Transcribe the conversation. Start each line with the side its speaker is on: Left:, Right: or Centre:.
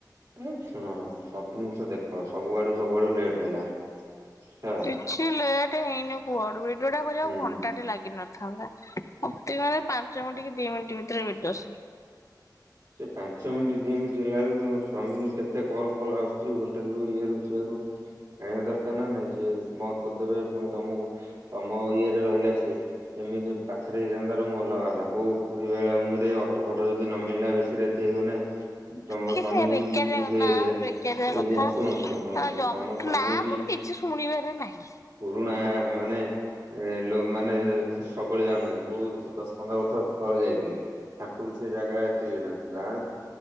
Right: ଏ ଶୁଣ ସବୁ ଜିନିଷ ଦେଖ ସବୁଆଡୁ ସବୁଆଡୁ ଲେଟ୍ ହେଲା। ହେଲା।
Left: କିଛି ଲେଟ୍ ହେଇନି କୁଆଡୁ ବି ଯୋଉଟା କରିଆକୁ
Right: ହୁଁ
Left: ଘଣ୍ଟାଟେ ଲାଗିନ ଥାଉନା ଅତି ମାନେ ପାଞ୍ଚ ମିଣ୍ଟି କି ଦି ମିଣ୍ଟି ଭିତରେ ବିଦସ।
Right: ସେ ପାଞ୍ଚ ମିଣ୍ଟି ଦି ମିଣ୍ଟି ହେଲା ଅଳୁକୁ ତମ ସ୍ବାମୀକି କେ ସେ କଲ ଫଲ ଆସୁଚି ହୋଟେଲରୁ ଇଏରୁ ସିଏରୁ ଖାଇଆ ଦରକାର ନାଁ ନାଇଁ ଯେ ବନ୍ଦ କରିଦେବେ ପୁଣି ତମୁକୁ ତମ ଇଏରେ ରହିଲା ସିଏ କେମିତି ପାଖରେ ହେଇଯାଆନ୍ତା ରୁମ୍ ଅଲଗା କଥା କୋଉ ପୁରୀ ବେଳାଭୂମିରେ ଅଟୋ ଫଟ ଯଦି ନ ମଳିଲା ବେ ସି ରାତି ହେଇଗଲେ ତମ
Left: କି
Right: ସ୍ଵାମୀ
Left: ସେ ବେକାରିଆ
Right: ବି ସେ
Left: ନା
Right: ଏରିଆ
Left: ବେକାରିଆ
Right: ଏରିଆ
Left: କଥା।
Right: ଶୁଣୁ ଶୁଣୁ ଶୁଣୁ
Left: ଆ
Right: ଶୁଣୁ
Left: ଜମ
Right: ତମ ସ୍ଵାମୀ
Left: ନା
Right: ବି
Left: ମୋର କିଛି ଶୁଣିବାର ନାହିଁ
Right: ପୁରୁଣା ମାନେ ଲୋ ମାନେ ଫେ ସବେଳେ ଯାଉନାହାନ୍ତି କୋଉ ଦଶ ପନ୍ଦର ବର୍ଷ ତଳେ ଯାଇଥିଲେ। ତାଙ୍କୁ ବି ସେ ଜାଗା ଏତେ ଇଏ ନାନି। ଜାଣେ